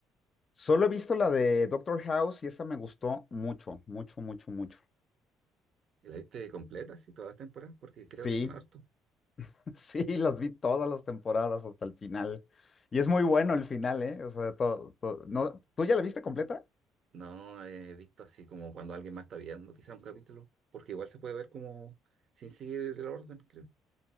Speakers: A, on the left; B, on the right.
A: solo he visto la de Doctor House y esa me gustó mucho, mucho, mucho, mucho.
B: ¿Y la viste completa así todas las temporadas? Porque creo
A: Sí.
B: que son harto.
A: <laughs> Sí, las vi todas las temporadas hasta el final. Y es muy bueno el final, ¿eh? O sea, todo, todo- no, ¿tú ya la viste completa?
B: No he visto así como cuando alguien más está viendo quizá un capítulo, porque igual se puede ver como sin seguir el orden, creo.